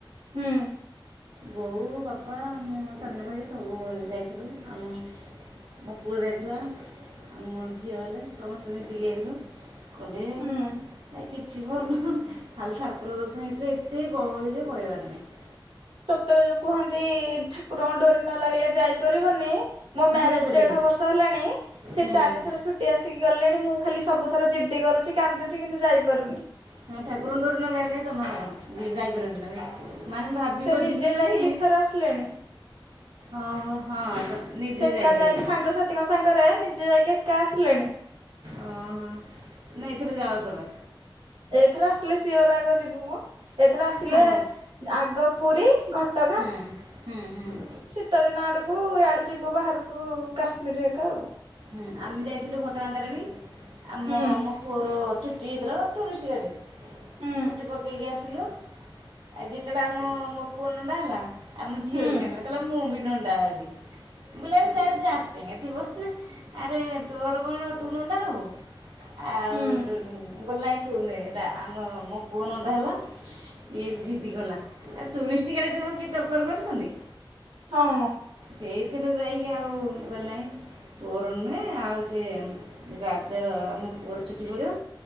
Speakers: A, on the right; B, on the right.
A: ହୁଁ।
B: ବୋଉ, ବାପା, ମୋ ସାନ ଭାଇ ସବୁ ଯାଇଥିଲୁ ଆମ ମୋ ପୁଅ ଯାଇଥିଲା ଆଉ ମୋ ଝିଅ ହେଲେ ସମସ୍ତେ ମିଶିକି ଯାଇଥିଲୁ। କୋଲଡ଼ିଏ
A: ହୁଁ
B: ଏ କିଛି ଭଲ ଖାଲି ଠାକୁ ପ୍ରଦର୍ଶନୀ ଭିତରେ ଏତେ ଗହଳି ଯେ କହିବାର ନାହିଁ।
A: ସତରେ ଯୋଉ କୁହନ୍ତି ଠାକୁରଙ୍କ ଡୋରି ନ ଲାଗିଲେ ଯାଇ <unintelligible> ବନି ମୋ ମ୍ୟାରେଜ
B: ନା ଯାଇପାରିବନି
A: ଦେଢ ବର୍ଷ ହେଲାଣି ସେ
B: ହୁଁ
A: ଚାରି ଥର ଛୁଟି ଆସିକି ଗଲେଣି ମୁଁ ଖାଲି ସବୁ ଥର ଜିଦ୍ଦି କରୁଚି କାନ୍ଦୁଚି କିନ୍ତୁ ଯାଇପାରୁନି।
B: ହଁ ଠାକୁର ଙ୍କ ଡୋରି ନ ଲାଇଲେ ଜମା <inaudible> ଯାଇ ପାରିବନି ତମେ। ମାନେ ଭାବିବ
A: ସେ ନିଜେ
B: ଯିବି ବୋଲି
A: ଯାଇକି ଦିଥର ଆସିଲେଣି।
B: ଓ ହୋ ହଁ ନିଜେ
A: ସେ ଏକା
B: ଯାଇପାରିବନି।
A: ଯାଇକି <unintelligible> ସାଙ୍ଗରେ ନିଜେ ଯାଇକି ଏକା ଆସିଲେଣି।
B: ଓହୋ ନାଇଁ ଏଥର ଯାଅ ତମେ।
A: ଏଇଥର ଆସିଲେ ସିଓର ଆଗ ଯିବୁ ମ ଏଥର ଆସିଲେ
B: ହଁ
A: ଆଗ ପୁରୀ ଘଟଗାଁ
B: ହୁଁ ହୁଁ ହୁଁ।
A: <unintelligible> ଆଡକୁୁ ଇଆଡେ ଯିବୁ ବାହାରକୁ କାଶ୍ମୀର ହେକା।
B: ହୁଁ ଆମେ ଯାଇଥିଲୁ ଘଟଗାଁ ତାରିଣୀ ଆମ
A: ହୁଁ
B: ମୋ ପୁଅର ଚୁଟି <unintelligible> ଟୁରିଷ୍ଟ ଗାଡ଼ିରେ
A: ହୁଁ
B: ଚୁଟି ପକେଇକି ଆସିଲୁ। ଆଉ ଯେତେବେଳେ ଆମ ମୋ ପୁଅ ନଣ୍ଡା ହେଲା ଆମ ଝିଅ
A: ହୁଁ
B: ବି କିନ୍ଦିଲା କହିଲା ମୁଁ ବି ନଣ୍ଡା ହେବି। ମୁଁ କହିଲି ଆରେ ଯାହାର <unintelligible> ଥିବ ନା ଆରେ ତୋର କଣ ତୁ ନଣ୍ଡା ହେବୁ। ଆଉ
A: ହୁଁ
B: ଏଠୁ ଗଲା ତୁନି ହେଲା ଆମ ମୋ ପୁଅ ନଣ୍ଡା ହେଲା। ଇଏ ଜିଦିକଲା ଆ ଟୁରିଷ୍ଟି ଗାଡି <unintelligible> ତରତର କରୁଚନ୍ତି।
A: ହଁ
B: ସେଇଥିରେ ଯାଇକି ଆଉ ମୁଁ କହିଲି, ନାଇଁ। ତୋର ନୁହେଁ ଆଉ ସେ ରାଜାର ଆମ ପୁଅର ଛୁଟି ପଡ଼ିବ